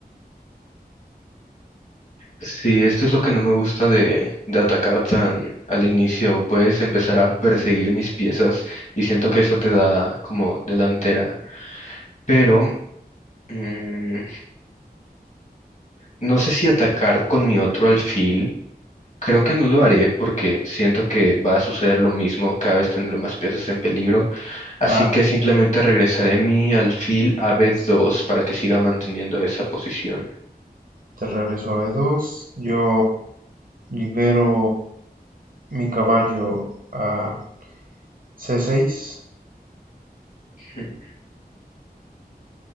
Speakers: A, on the left (about 50°); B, on the right (about 60°).
A: Sí, esto es lo que no me gusta de, de atacar tan al inicio. Puedes empezar a perseguir mis piezas y siento que eso te da como delantera. Pero mm, no sé si atacar con mi otro alfil. Creo que no lo haré porque siento que va a suceder lo mismo, cada vez tendré más piezas en peligro, así
B: La
A: que simplemente regresaré mi alfil a B2 para que siga manteniendo esa posición.
B: terraria suave dos, Yo libero mi caballo a C6.
A: Hmm.